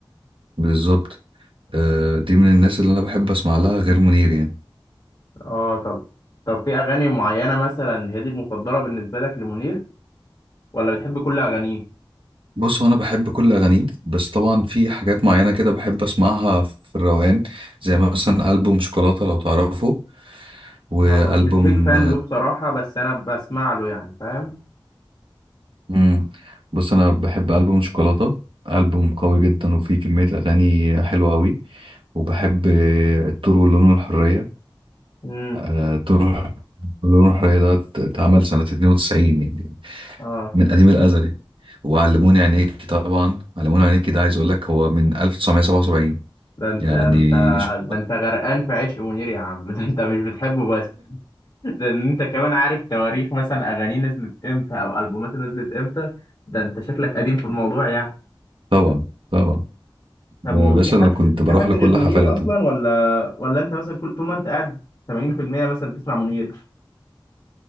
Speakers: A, on the right (about 75°); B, on the left (about 45°).
A: بالظبط آه، دي من الناس اللي انا بحب اسمع لها غير منير يعني
B: اه طب طب في اغاني معينة مثلا هي دي المفضلة بالنسبة لك لمنير؟ ولا بتحب كل اغانيه
A: بص هو انا بحب كل اغانيه بس طبعا في حاجات معينة كده بحب اسمعها في الروقان زي
B: مم.
A: مثلا البوم شوكولاتة لو تعرفه والبوم
B: هو مش بيك فان له بصراحه بس انا بسمع له يعني فاهم
A: امم بص انا بحب البوم شوكولاته البوم
B: مم.
A: قوي جدا وفيه كميه اغاني حلوه قوي وبحب الطور واللون الحريه
B: امم
A: آه، الطور واللون الحريه ده ات- اتعمل سنه 92 يعني
B: اه
A: من قديم الازل يعني وعلموني عينيكي طبعا علموني عينيكي ده عايز اقول لك هو من 1977
B: ده انت
A: يعني
B: ده انت
A: <laughs> ش-
B: ده انت غرقان في عشق منير يا عم <laughs> ده انت مش بتحبه بس ده ان انت كمان عارف تواريخ مثلا اغانيه نزلت امتى او البوماته نزلت امتى ده انت شكلك قديم في الموضوع يعني
A: طبعا طبعا
B: طب
A: يا
B: وفي
A: باشا انا
B: حد
A: كنت بروح
B: في حد
A: لكل
B: غير منير
A: حفلاته
B: اصلا ولا ولا انت مثلا كل طول ما انت قاعد 80% مثلا بتسمع منير